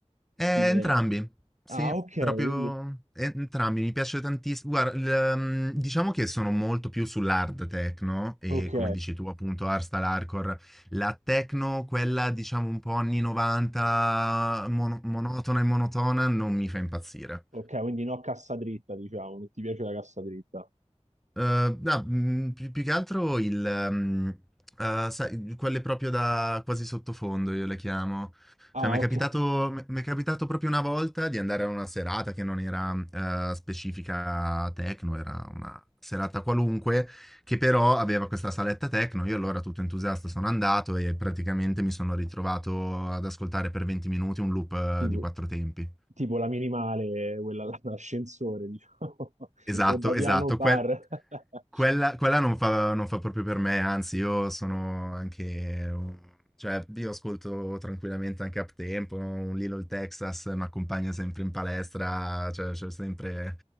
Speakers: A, in the centre; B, on the right.
A: Eh,
B: stile...
A: entrambi, sì,
B: Ah, ok,
A: proprio
B: quindi...
A: eh, entrambi, mi piace tantissimo. Guarda, il, ehm, diciamo che sono molto più sull'hard techno e
B: Ok,
A: come dici tu appunto hardstyle hardcore, la techno, quella diciamo un po' anni 90, mono- monotona e monotona, non mi fa impazzire.
B: ok, quindi no cassa dritta, diciamo, non ti piace la cassa dritta.
A: Eh, no, mm, più, più che altro il, ehm, eh, sai, quelle proprio da quasi sottofondo, io le chiamo.
B: Ah,
A: Cioè, mi è
B: ok.
A: capitato, mi è capitato proprio una volta di andare a una serata che non era eh, specifica techno, era una serata qualunque, che però aveva questa saletta techno. Io allora tutto entusiasta sono andato e praticamente mi sono ritrovato ad ascoltare per 20 minuti un loop
B: <laughs>
A: eh,
B: Tipo,
A: di quattro tempi.
B: tipo la minimale, quella dell'ascensore, diciamo, <laughs>
A: Esatto,
B: o da piano
A: esatto,
B: bar.
A: quel-
B: <laughs>
A: Quella, quella non fa, non fa proprio per me, anzi, io sono anche. un- Cioè, io ascolto tranquillamente anche up tempo, un Lilo il Texas mi accompagna sempre in palestra, cioè c'è sempre